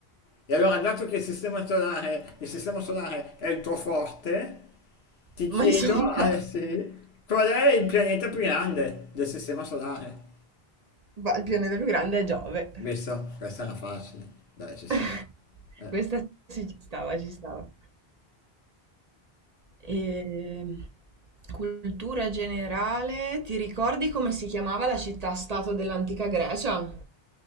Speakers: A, on the left; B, on the right.
A: E allora, dato che il sistema solare, il sistema solare è il tuo forte, ti
B: Ma
A: chiedo,
B: insomma, <laughs>
A: eh, sì, qual è il pianeta più grande del sistema solare?
B: va- il pianeta più grande è Giove.
A: Visto, questa era facile. Dai, ci sta.
B: <laughs>
A: Eh,
B: Questa sì, ci stava, ci stava. E... Cultura generale, ti ricordi come si chiamava la città-stato dell'antica Grecia?